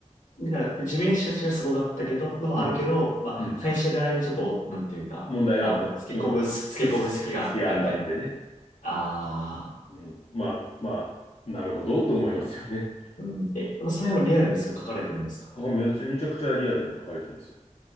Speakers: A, on the left (about 85°); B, on the left (about 55°).
A: だから、地面師たちがすごかったけど、のもあるけど、
B: うん。
A: まあ、
B: うん。
A: 会社側にちょっと、なんていうか、
B: 問題があった。
A: あの、つけ込む、
B: うん。
A: つけ込む隙があったみたいな。
B: 好き、<laughs> 好きがあったってね。
A: ああ、
B: うん。まあ、まあ、なるほどと思いますよね。
A: うん。え、その辺はリアルにそう書かれてるんですか
B: ここめちゃめちゃくちゃリアルに書かれてますよ。